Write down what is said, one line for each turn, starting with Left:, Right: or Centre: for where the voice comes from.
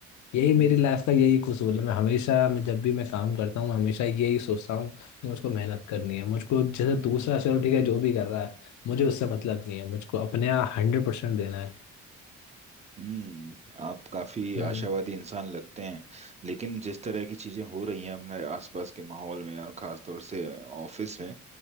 Left: यही
Right: हम्म
Left: मेरी लाइफ का यही कसूल है मैं हमेशा मैं जब भी मैं काम करता हूँ हमेशा यही सोचता हूँ कि मुझको मेहनत करनी है मुझको जैसे दूसरा चलो ठीक है जो भी कर रहा है मुझे उससे मतलब नहीं है मुझको अपने यहाँ हंड्रेड परसेंट देना है
Right: हम्म आप काफी
Left: हम्म
Right: आशावादी इंसान लगते हैं लेकिन जिस तरह की चीजें हो रही हैं अपने आसपास के माहौल में और खास तौर से ऑफिस में